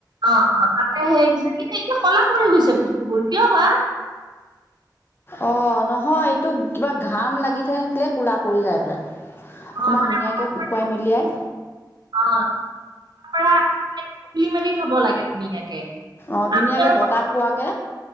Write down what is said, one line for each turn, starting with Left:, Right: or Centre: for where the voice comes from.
Right: অ অ তাতে সেই যে এতিয়া কলা পৰি গৈছে বস্তুবোৰ কিয় বা?
Left: অ নহয় এইটো কিবা ঘাম লাগি থাকিলে কোলা পৰি যায় বোলে। অকণমান
Right: অ মানে
Left: ধুনীয়াকে
Right: কবাৰ পৰা
Left: শুকুৱাই মেলিয়াই।
Right: অ <inaudible> খুলি মেলি থব লাগে ধুনীয়াকে।
Left: অহ ধুনীয়াকে
Right: আমি আৰু
Left: বতাহ পোৱাকে।